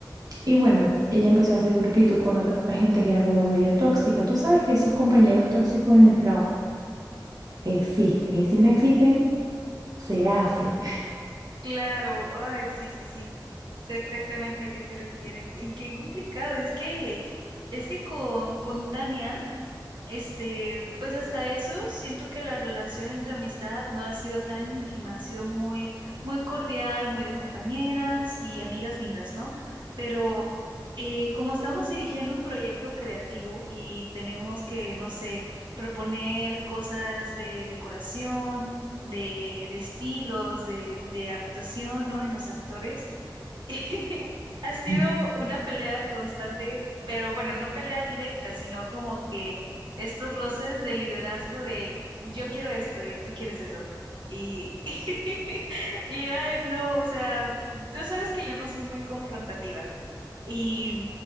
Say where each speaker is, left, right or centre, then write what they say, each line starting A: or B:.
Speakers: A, on the right (about 55°); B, on the right (about 85°).
A: Y bueno, ella empezó a hacer grupito con otra gente que era como medio tóxica. Tú sabes que esos compañeros tóxicos en el trabajo existen y si no existen, se hacen.
B: Claro, ay, sí, sí, sí, sé exactamente a qué te refieres. Y qué complicado, es que, es que con, con Tania. Este, pues hasta eso, siento que la relación entre amistad no ha sido tan íntima, ha sido muy, muy cordial, muy de compañeras y amigas lindas, ¿no? Pero eh, como estamos dirigiendo un proyecto creativo y tenemos que, no sé, proponer cosas de decoración, de, de estilos, de, de actuación, ¿no? En los actores. <laughs> Ha sido
A: <laughs>
B: una pelea constante, pero bueno, no pelea directa, sino como que estos roces de liderazgo de yo quiero esto y tú quieres eso. Y, <laughs> y ay, no, o sea, tú sabes que yo no soy muy confrontativa y